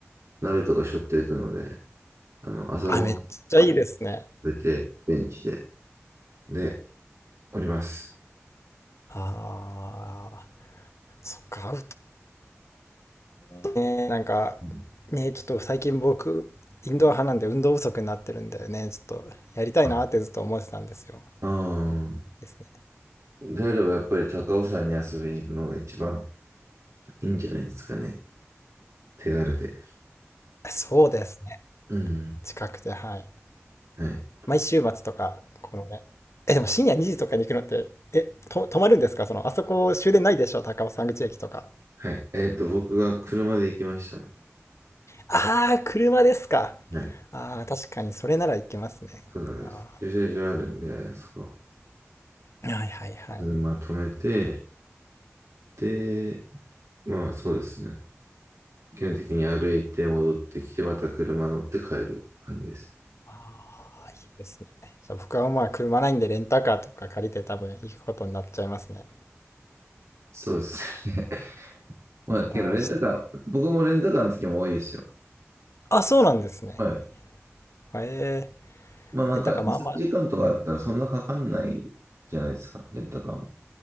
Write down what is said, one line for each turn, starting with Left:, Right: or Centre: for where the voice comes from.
Right: 鍋とか背負っていくので、あの、朝ごはん食
Left: あ、めっちゃいいですね。
Right: べて、ベンチで、で、おります。
Left: ああ、そっか、アウトドアね。なんか、
Right: うん
Left: ね、ちょっと最近僕、インドア派なんで運動不足になってるんでね、ちょっとやりたいなってずっと思ってたんですよ。
Right: あ、うん。
Left: ですね。
Right: であればやっぱり高尾山に遊びに行くのが一番いいんじゃないですかね。手軽で。
Left: そうですね。
Right: うん。
Left: 近くて、はい。
Right: はい。
Left: 毎週末とか、このね。え、でも深夜2時とかに行くのって、え、と、泊まるんですかその、あそこ終電ないでしょ高尾山口駅とか。
Right: はい。えっと、僕が車で行きましたね。
Left: ああ、車ですか。
Right: はい。
Left: ああ、確かにそれならいけますね。
Right: そうなんです。
Left: あ
Right: 駐車場あるんで、そこ、
Left: ーはいはいはい。
Right: 車止めて、で、まあそうですね。基本的に歩いて戻ってきて、また車乗って帰る感じです。
Left: ああ、いいですね。じゃあ僕はまあ車ないんでレンタカーとか借りて多分行くことになっちゃいますね。
Right: そうですね。<laughs> まあ、けどレンタカー、
Left: あー、ちょっ
Right: 僕もレンタカーの時も多いですよ。
Left: とあ、そうなんですね。
Right: はい。
Left: へえ、
Right: まあなんか、
Left: レンタカーまあまあ、
Right: 1、3時間とかあったらそんなかかんないじゃないですか、レンタカーも。